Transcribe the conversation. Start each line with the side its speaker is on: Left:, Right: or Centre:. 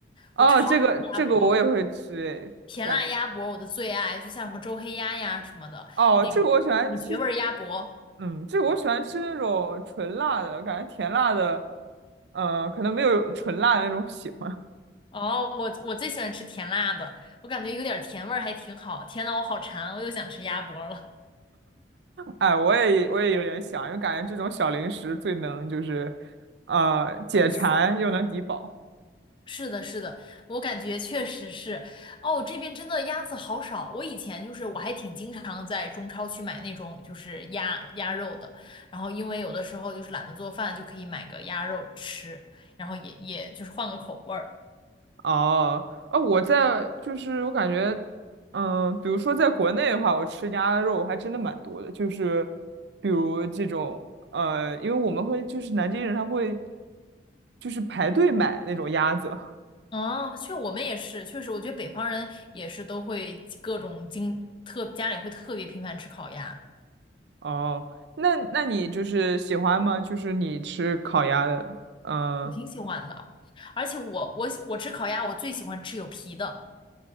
Right: 哦，
Left: 我超爱吃鸭脖，
Right: 这个这个我也会吃，
Left: 甜辣鸭脖我的最爱，
Right: 感觉
Left: 就像什么周黑鸭呀什么的那种，
Right: 哦，这个我喜欢吃，
Left: 什么绝味儿鸭脖。
Right: 嗯，这个我喜欢吃那种纯辣的，感觉甜辣的，呃，可能没有纯辣的那种喜欢。
Left: 哦，我我最喜欢吃甜辣的，我感觉有点甜味儿还挺好。天呐，我好馋，我又想吃鸭脖了。
Right: 哎，我也我也有点想，因为感觉这种小零食最能就是，呃，解馋又能抵饱。
Left: Yes。是的，是的，我感觉确实是，哦，这边真的鸭子好少。我以前就是我还挺经常在中超去买那种就是鸭鸭肉的，然后因为有的时候就是懒得做饭，就可以买个鸭肉吃，然后也也就是换个口味儿。
Right: 哦，哦，我在就是我感觉，嗯、比如说在国内的话，我吃鸭肉还真的蛮多的，就是比如这种，呃，因为我们会就是南京人他会就是排队买那种鸭子。
Left: 嗯，确我们也是，确实，我觉得北方人也是都会各种经特家里会特别频繁吃烤鸭，
Right: 哦，那那你就是喜欢吗？就是你吃烤鸭的，嗯、
Left: 我挺喜欢的。而且我我喜我吃烤鸭，我最喜欢吃有皮的，